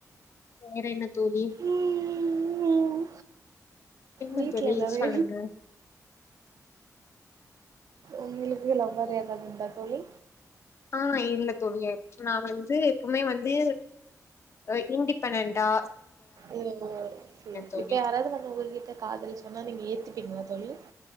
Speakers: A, on the left; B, on the right.
A: வேற என்ன தோழி
B: ம்
A: என்ன
B: வீட்ல
A: தோழி
B: எல்லாரு
A: சொல்லுங்க
B: உங்ளுக்கு லவ்வர் எதாது உண்டா தோழி
A: ஆ இல்ல தோழி நா வந்து எப்வுமே வந்து ஆ இன்டிபெண்டண்டா
B: ஓ ஓ சரி
A: தோழி
B: இப்ப யாராது வந்து உங்ககிட்ட காதல் சொன்னா நீங்க ஏத்துப்பீங்களா தோழி